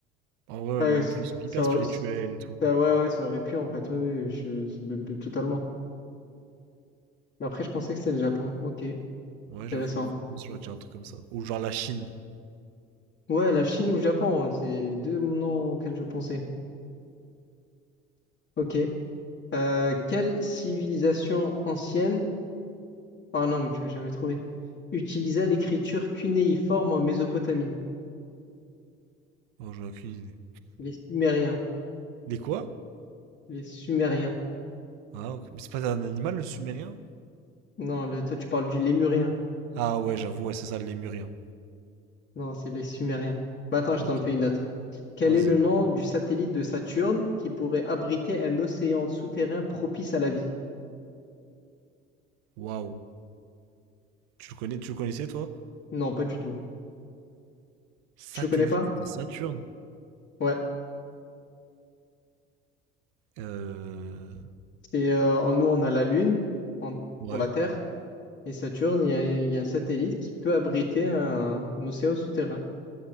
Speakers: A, on the right (about 65°); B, on the left (about 35°).
A: En vrai,
B: Ah,
A: ouais, moi non
B: c-
A: plus. Ils sont hyper
B: ça,
A: spirituel et tout.
B: ça- ouais, ouais, ça aurait pu, en fait. Oui, oui, je, je- b- b- totalement. Mais après, je pensais que c'était le Japon. Ok,
A: Ouais, j'avoue,
B: intéressant.
A: moi non plus, j'aurais dit un truc comme ça. Ou genre la Chine.
B: Ouais, la Chine ou le Japon, hein, c'est les deux noms auxquels je pensais. Ok. Euh, quelle civilisation ancienne, ah non, mais tu l'as jamais trouvé, utilisa l'écriture cunéiforme en Mésopotamie?
A: Oh, j'aurais aucune idée.
B: Les Sumériens.
A: Les quoi?
B: Les Sumériens.
A: Ah, ok. Mais c'est pas un animal, le sumérien?
B: Non, le- toi, tu parles du Lémurien.
A: Ah ouais, j'avoue, ouais, c'est ça, le lémurien.
B: Non, c'est les Sumériens. Bah, attends, je
A: Ok,
B: t'en fais une autre. Quel
A: vas-y.
B: est le nom du satellite de Saturne qui pourrait abriter un océan souterrain propice à la vie?
A: Waouh. Tu le connais, tu le connaissais, toi?
B: Non, pas du tout.
A: Satellite
B: Tu le connais pas?
A: de Saturne.
B: Ouais.
A: Euh...
B: C'est euh, en- nous, on a la Lune en-
A: Ouais.
B: pour la Terre. Et Saturne, il y a, il y a un satellite qui peut abriter un, un océan souterrain